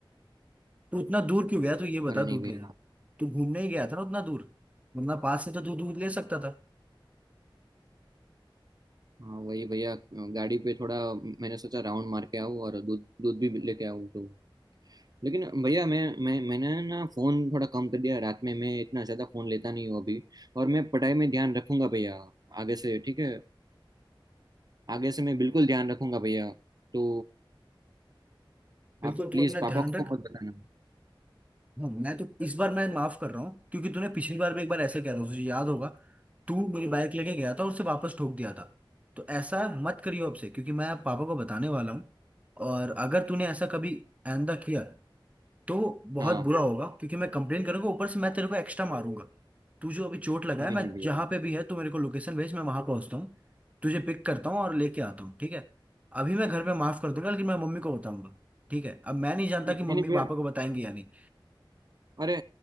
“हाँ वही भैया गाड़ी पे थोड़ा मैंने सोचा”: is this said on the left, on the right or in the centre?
Right